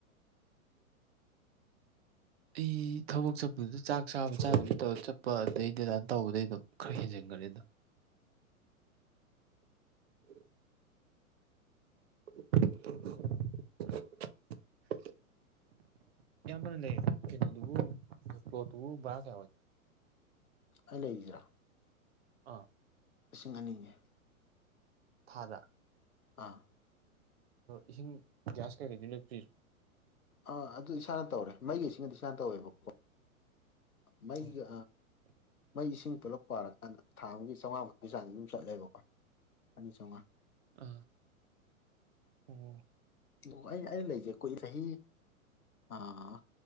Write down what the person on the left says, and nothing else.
<inaudible>
<unintelligible>
ꯑꯩ ꯂꯩꯗ꯭ꯔꯥ
ꯂꯤꯁꯤꯡ ꯑꯅꯤꯅꯤ
ꯑꯥ
ꯑꯥ ꯑꯗꯨꯗꯤ ꯏꯁꯥꯅ ꯇꯧꯔꯦ ꯃꯩꯒꯤꯁꯤꯅꯗꯤ ꯏꯁꯥꯅ ꯇꯧꯋꯦꯕꯀꯣ ꯃꯩꯒ
ꯃꯩ ꯏꯁꯤꯡ ꯄꯨꯂꯞ ꯄꯥꯔꯀꯥꯟꯗ ꯊꯥ ꯑꯃꯒꯤ ꯆꯥꯝꯃꯉꯥꯃꯨꯛꯀꯤ ꯆꯥꯅꯤ ꯑꯗꯨꯝ ꯆꯠꯂꯦꯕꯀꯣ ꯑꯅꯤ ꯆꯥꯝꯃꯉꯥ
ꯑꯣ ꯑꯩ ꯑꯩꯅ ꯂꯩꯒꯦ ꯀꯣꯏ ꯆꯍꯤ ꯑꯥ